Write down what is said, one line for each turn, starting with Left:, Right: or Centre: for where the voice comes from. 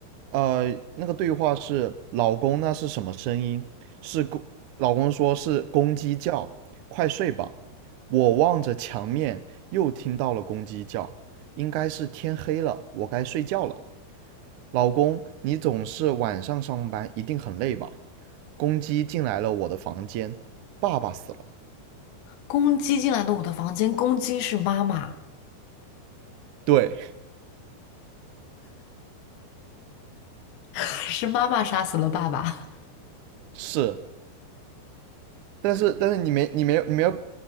Right: 呃，那个对话是老公，那是什么声音？是公，老公说是公鸡叫，快睡吧。我望着墙面，又听到了公鸡叫，应该是天黑了，我该睡觉了。老公，你总是晚上上班，一定很累吧？公鸡进来了我的房间，爸爸死了。
Left: 公鸡进来的我的房间，公鸡是妈妈，
Right: 对，
Left: <laughs> 是妈妈杀死了爸爸，
Right: 是但是但是你没你没有你没有